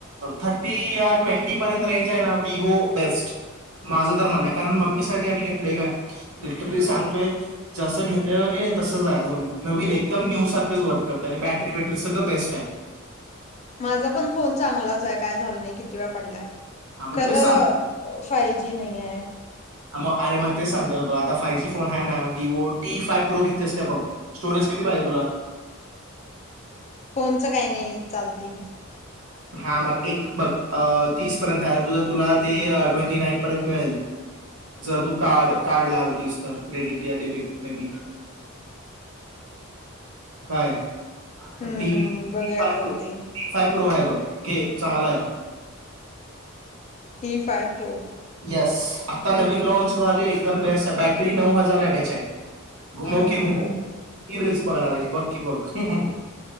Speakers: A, on the right; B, on the left.
A: थर्टी या ट्वेंटी पर्यंत रेंज आहे. ना विवो बेस्ट, माझं तर म्हणणं आहे कारण मम्मी साठी आम्ही घेतलोय काय लिटरली सांगतोय जसं घेतलेलं की तसच आहे. अजून नवीन एकदम न्यू सारखंच वर्क करत आणि बॅटरी बॅटरी सगळं बेस्ट आहे.
B: माझा पण फोन चांगलाच आहे. काय झाल नाही किती वेळ पडलाय.
A: हा मग
B: खरं
A: ते सांग
B: फाय जी नाही आहे.
A: मग अरे मग तेच सांगतो ना तुला आता फाय जी फोन आहे ना विवो टी फाइ प्रो घेतेस का बघ स्टोरेज किती पाहिजे तुला
B: फोनच काही नाही चालते किती पण
A: हा म एक बघ तीस पर्यंत आहे ना तुझ तुला ते ट्वेंटी नाईन पर्यंत मिळेल, जर तू कार्ड कार्ड लावलीस तर क्रेडिट या डेबिट मे बी काय?
B: हम्म
A: टी
B: बघूया
A: फाय
B: काय होते
A: प्रो हाय बघ, घे चांगलाय.
B: ती फायर प्रो
A: येस आता नवीन लॉन्चझाले एकदम बेस्ट आहे बॅटरी नऊ हजार एम एच आहे. घुमाो
B: हम्म
A: की
B: हम्म
A: घुमो ती रिल्स बघणार आहेस बघ की बघ ह